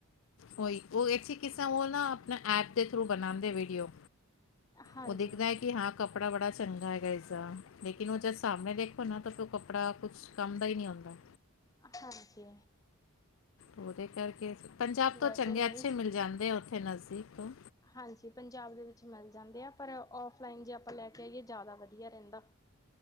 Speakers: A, on the left; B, on the left.
A: ਉਹੀ ਉਹ ਅਛੇ ਕਿਸਮ ਉਹ ਨਾ ਆਪਣਾ ਐਪ ਦੇ ਥਰੂ ਬਣਾਉਂਦੇ ਵੀਡੀਓ
B: ਹਾਂਜੀ
A: ਉਹ ਦਿਖਦਾ ਹੈ ਕਿ ਹਾਂ ਕੱਪੜਾ ਬੜਾ ਚੰਗਾ ਹੈਗਾ ਇਸਦਾ ਲੇਕਿਨ ਉਹ ਜਦ ਸਾਹਮਣੇ ਦੇਖੋ ਨਾ ਤਾ ਫਿਰ ਉਹ ਕੱਪੜਾ ਕੁਛ ਕੰਮ ਦਾ ਹੀ ਨਹੀਂ ਆਉਂਦਾ
B: ਅੱਛਾ ਜੀ
A: ਉਹਦੇ ਕਰਕੇ ਪੰਜਾਬ
B: ਵੈਸੇ
A: ਤੋਂ ਚੰਗੇ
B: ਨਹੀਂ
A: ਅੱਛੇ ਮਿਲ ਜਾਂਦੇ ਆ ਉੱਥੇ ਨਜ਼ਦੀਕ ਤੋਂ
B: ਹਾਂਜੀ ਪੰਜਾਬ ਦੇ ਵਿੱਚ ਮਿਲ ਜਾਂਦੇ ਆ ਪਰ ਓਫਲਾਈਨ ਜੇ ਆਪਾਂ ਲੈ ਕੇ ਆਈਏ ਜ਼ਿਆਦਾ ਵਧੀਆ ਰਹਿੰਦਾ